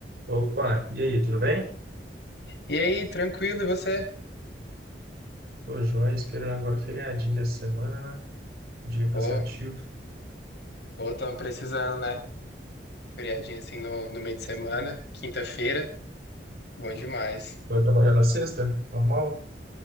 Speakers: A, on the right (about 60°); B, on the left (about 75°).
A: Opa, e aí, tudo bem?
B: E aí, tranquilo, e você?
A: Tô joia, esperando agora o feriadinho dessa semana, né? Dia
B: Pô,
A: cansativo.
B: pô, tamo precisando, né? Feriadinha assim no, no meio de semana, quinta-feira, bom demais.
A: Vai trabalhar na sexta? Normal?